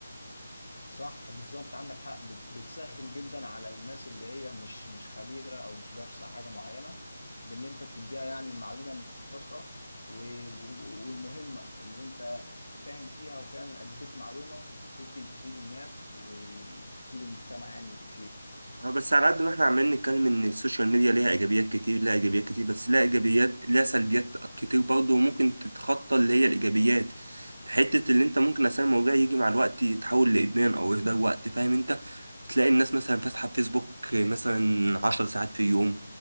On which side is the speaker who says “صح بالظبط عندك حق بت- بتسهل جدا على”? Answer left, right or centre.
Left